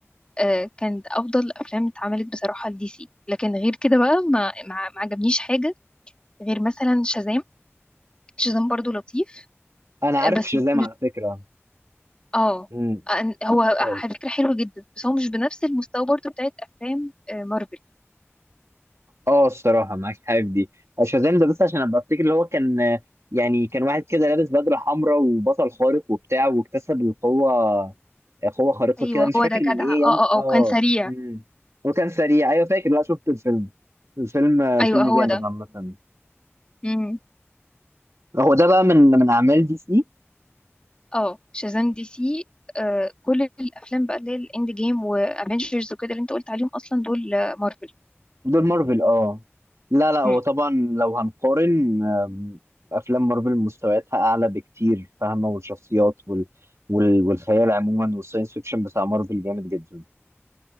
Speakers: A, on the left; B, on the right.
A: آه كانت افضل افلام اتعملت بصراحه لدي سي لكن غير كده بقى ما ما ما عجبنيش حاجه غير مثلا شازام شازام برضو لطيف
B: انا عارف
A: آه، بس
B: شازام
A: مش
B: على فكره
A: اه
B: امم
A: أن- هو على
B: شاز-
A: فكرة حلو جدا بس هو مش بنفس المستوى برضو بتاعت افلام آه، مارفل
B: اه الصراحه معاك حاجه في دي شازام ده بس عشان ابقى افتكر اللي هو كان آه، يعني كان واحد كده لابس بدله حمراء وبطل خارق وبتاع واكتسب القوه آه، قوه خارقه
A: ايوه
B: كده مش
A: هو
B: فاكر
A: ده جدع
B: من ايه
A: اه
B: يعني
A: اه
B: اه
A: اه وكان سريع
B: امم وكان سريع ايوه فاكر لا شفت الفيلم الفيلم آه، الفيلم
A: ايوه هو
B: جامد
A: ده
B: عامه
A: امم
B: هو ده بقى من من اعمال دي سي
A: اه شازام دي سي آه كل الافلام بقى اللي هي الاند جيم وافنجرز وكده اللي انت قلت عليهم اصلا دول آه، مارفل
B: دول مارفل اه لا لا هو
A: أمم.
B: طبعا لو هنقارن آم، افلام مارفل مستوياتها اعلى بكتير فاهمه والشخصيات وال... وال... والخيال عموما والساينس فيكشن بتاع مارفل جامد جدا